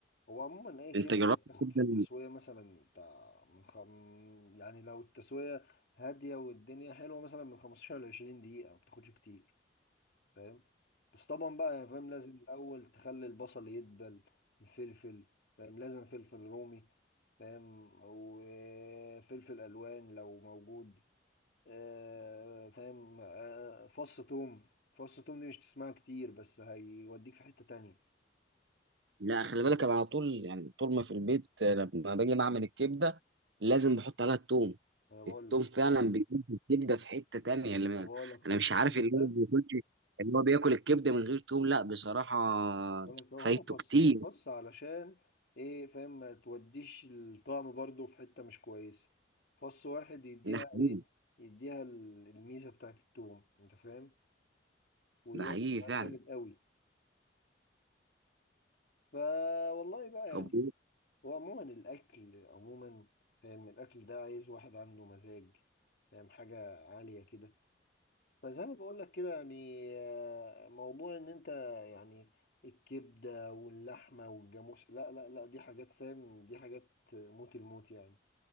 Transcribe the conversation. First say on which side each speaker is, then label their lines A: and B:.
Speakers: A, on the left; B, on the right.
A: هو عموما اي كبده
B: انت جربت
A: بتاخد
B: الكبده
A: في التسويه مثلا بتاع من خ... من- يعني لو التسويه هاديه والدنيا حلوه مثلا من 15 ل 20 دقيقه ما بتاخدش كتير فاهم بس طبعا بقى يا فاهم لازم الاول تخلي البصل يدبل الفلفل فاهم لازم فلفل رومي فاهم وفلفل الوان لو موجود آه، فاهم آه، فص توم فص توم دي مش تسمعها كتير بس هيوديك في حتة تانية
B: لا خلي بالك انا على طول يعني طول ما في البيت آه، لما باجي بعمل الكبده لازم بحط عليها التوم
A: انا بقول
B: التوم
A: لك
B: فعلا بيجيب الكبده في حته تانية اللي ما-
A: انا بقول لك
B: انا
A: فص
B: مش
A: التوم
B: عارف اللي
A: ده
B: هو بياكلش اللي هو بياكل الكبده من غير توم لا بصراحه
A: بقول لك هو
B: فايته
A: خص
B: كتير
A: خص علشان ايه فاهم ما توديش الطعم برضو في حتة مش كويسة فص واحد يديها
B: ده حقيقي
A: ايه يديها ال- الميزة بتاعت التوم انت فاهم ويودي
B: ده حقيقي
A: معاك
B: فعلا
A: جامد قوي فا والله بقى
B: طب
A: يعني
B: إيه؟
A: هو عموما الاكل عموما فاهم الاكل ده عايز واحد عنده مزاج فاهم حاجة عالية كده فزي ما بقول لك كده يعني آه، موضوع ان انت يعني الكبده واللحمه والجاموس لا لا لا دي حاجات فاهم دي حاجات موت الموت يعني